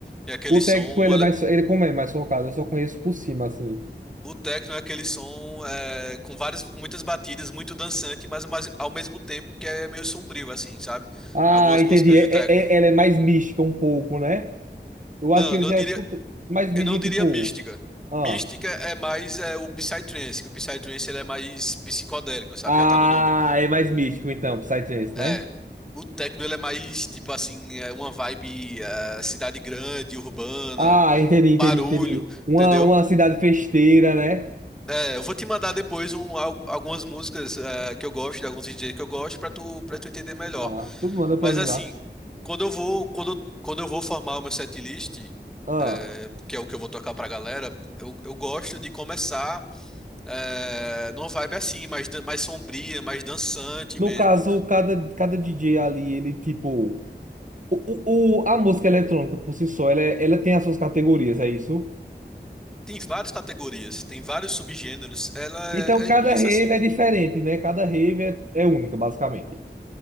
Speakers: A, in the centre; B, on the right.
A: É aquele
B: O
A: som.
B: técnico, ele é mais, ele como é mais focado, eu só conheço por cima, assim.
A: O techno é aquele som é, com várias, com muitas batidas, muito dançante, mas, mas ao mesmo tempo que é meio sombrio, assim, sabe?
B: Ah,
A: Algumas
B: entendi.
A: músicas
B: É,
A: de techno.
B: é, é- ela é mais mística um pouco, né? Eu
A: Não,
B: acho que
A: eu
B: eu
A: não
B: já
A: diria,
B: escutei. Mais mística,
A: eu não diria
B: tipo.
A: mística.
B: Ah,
A: Mística é mais é, o Psytrance, que o Psytrance ele é mais psicodélico, sabe?
B: ah
A: Já tá no nome.
B: é mais místico então, Psytrance,
A: É.
B: né?
A: O techno ele é mais, tipo assim, é uma vibe é, cidade grande, urbana,
B: Ah, entendi, entendi,
A: barulho,
B: entendi. Uma,
A: entendeu?
B: uma cidade festeira, né?
A: É, eu vou te mandar depois um, al- algumas músicas eh, que eu gosto, de alguns DJs que eu gosto, pra tu, para tu entender melhor.
B: Ah, tu manda pra
A: Mas
B: mim
A: assim,
B: lá.
A: quando eu vou, quando, eu- quando eu vou formar o meu setlist,
B: Ah,
A: eh, que é o que eu vou tocar pra galera, eu, eu gosto de começar eh, numa vibe assim, mais, dan- mais sombria, mais dançante
B: no
A: mesmo.
B: caso, cada, cada DJ ali, ele tipo. O, o, o- a música eletrônica por si só, ela, é- ela tem as suas categorias, é isso?
A: Tem várias categorias, tem vários subgêneros, ela é,
B: Então,
A: é
B: cada
A: imensa
B: rave
A: assim.
B: é diferente, né? Cada rave é, é única, basicamente.